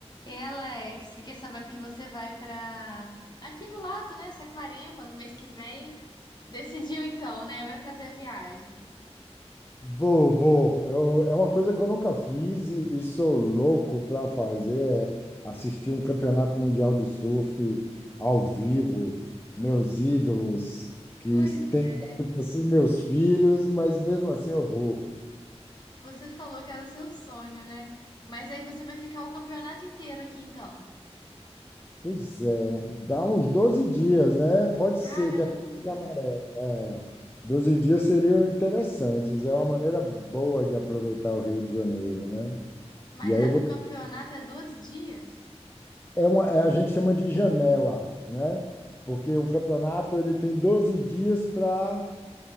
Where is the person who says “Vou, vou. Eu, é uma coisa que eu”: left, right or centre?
Left